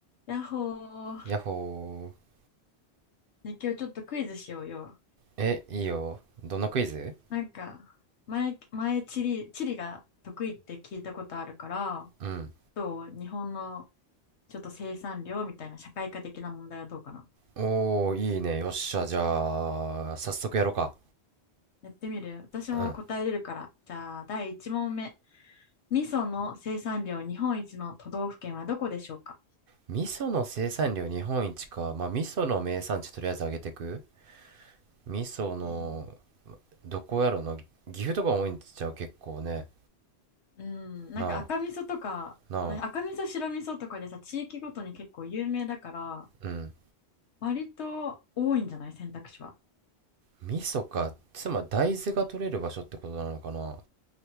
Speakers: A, on the left; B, on the right.
A: やっほー。
B: やっほー。
A: ね、今日ちょっとクイズしようよ。
B: え、いいよ。どんなクイズ
A: なんか、前、前、地理、地理が得意って聞いたことあるから、
B: うん。
A: どう日本のちょっと生産量みたいな社会科的な問題はどうかな。
B: おー、いいね。よっしゃ。じゃあ、早速やろうか。
A: やってみる私も答えれるから。
B: うん。
A: じゃあ、第1問目。味噌の生産量日本一の都道府県はどこでしょうか
B: 味噌の生産量日本一か。まあ、味噌の名産地とりあえず上げてく味噌の、
A: えー
B: どこやろな。岐阜とか多いんちゃう結構ね。
A: うん、なんか赤味噌とか、
B: なあ、なあ。
A: な赤味噌、白味噌とかでさ、地域ごとに結構有名だから、
B: うん。
A: 割と多いんじゃない選択肢は。
B: 味噌か。つまり大豆が取れる場所ってことなのかな。